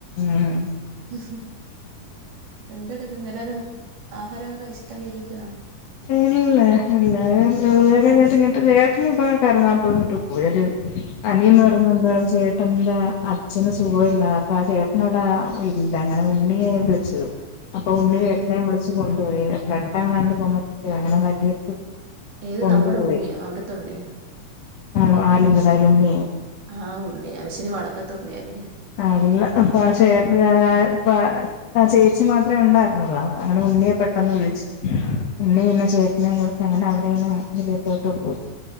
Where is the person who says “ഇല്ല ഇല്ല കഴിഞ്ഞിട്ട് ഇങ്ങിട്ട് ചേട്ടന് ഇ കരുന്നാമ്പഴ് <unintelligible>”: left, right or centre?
Left